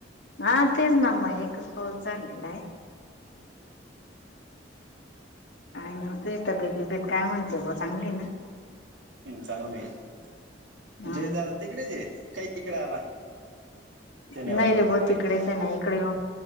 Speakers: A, on the left (about 75°); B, on the right (about 80°).
A: हा तेच ना मग एकच पाऊस झालेला आहे काय तू तबेदी बेत काय म्हणते ब चांगली ना
B: चांगलं
A: हम्म
B: जयदादा तिकडेच काही इकडे आला शनिवार
A: नाही
B: रविवारी
A: रे बो तिकडेच आहे ना इकडे येऊन